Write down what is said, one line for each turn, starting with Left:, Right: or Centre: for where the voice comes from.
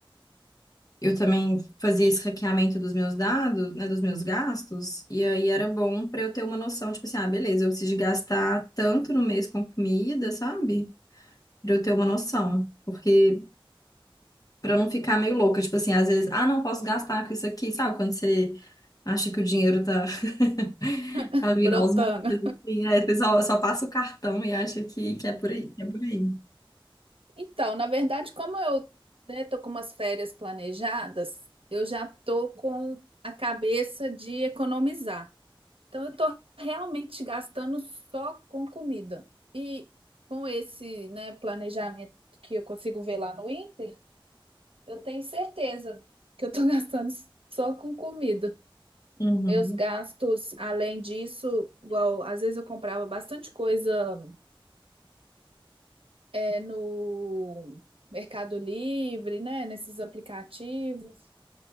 Left: Eu também fazia esse hackeamento dos meus dados, né, dos meus gastos, e aí era bom para eu ter uma noção, tipo assim, ah, beleza, eu preciso de gastar tanto no mês com comida, sabe? Para eu ter uma noção, porque para não ficar meio louca, tipo assim, às vezes, ah, não posso gastar com isso aqui, sabe? Quando você acha que o dinheiro tá <laughs>
Right: <laughs>
Left: tá vindo
Right: Brotando.
Left: aos montes, assim, aí você só, só passa o cartão e acha que, que é por aí, que é por aí.
Right: Então, na verdade, como eu, né, tô com umas férias planejadas, eu já tô com a cabeça de economizar. Então, eu estou realmente gastando só com comida. E com esse, né, planejamento que eu consigo ver lá no Inter, eu tenho certeza que eu estou <laughs> gastando só com comida.
Left: Uhum,
Right: Meus gastos, além disso, igual, às vezes eu comprava bastante coisa, é, no Mercado Livre, né, nesses aplicativos.